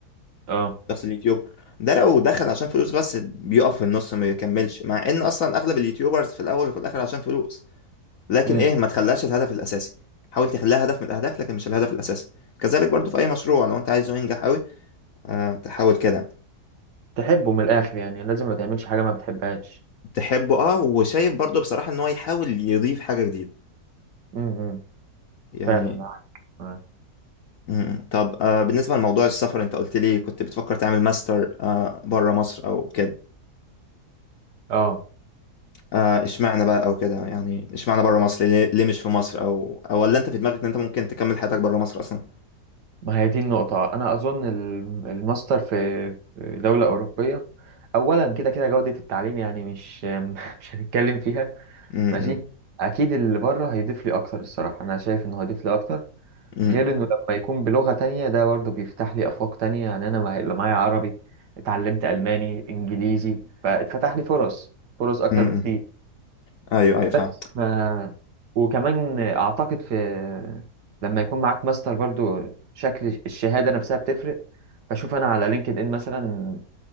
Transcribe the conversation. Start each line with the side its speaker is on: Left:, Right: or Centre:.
Right: اه
Left: شخص اليوتيوب ده لو دخل عشان فلوس بس بيقف في النص ما بيكملش مع ان اصلا اغلب اليوتيوبرز في الاول وفي الاخر عشان فلوس لكن
Right: امم
Left: ايه ما تخليهاش الهدف الاساسي حاول تخليها هدف من الاهداف لكن مش الهدف الاساسي كذلك برضو في اي مشروع لو انت عايزه ينجح قوي آه تحاول كده
Right: تحبه من الاخر يعني لازم ما تعملش حاجه ما بتحبهاش
Left: تحبه اه وشايف برضو بصراحه ان هو يحاول يضيف حاجه جديده
Right: امم
Left: يعني
Right: فعلا معاك معاك.
Left: مم. طب آه بالنسبة لموضوع السفر انت قلت لي كنت بتفكر تعمل ماستر آه بره مصر او كده
Right: اه
Left: آه اشمعنى بقى او كده يعني اشمعنى بره مصر ليه, ليه مش في مصر او او ولا انت في دماغك ان انت ممكن تكمل حياتك بره مصر اصلا
Right: ما هي دي النقطه انا اظن الم- الماستر في في دوله اوروبيه اولا كده كده جوده التعليم يعني مش <laughs> مش هنتكلم فيها
Left: مم.
Right: ماشي اكيد اللي بره هيضيف لي اكتر الصراحه انا شايف انه هيضيف لي اكتر
Left: مم.
Right: غير انه لما يكون بلغه تانية ده برضه بيفتح لي افاق تانية يعني انا ما هيبقى معايا عربي اتعلمت الماني انجليزي فاتفتح لي فرص فرص اكتر
Left: مم.
Right: بكتير
Left: ايوه ايوه فاهم
Right: بس ف... وكمان اعتقد في لما يكون معاك ماستر برضو شكل الشهاده نفسها بتفرق بشوف انا على لينكد ان مثلا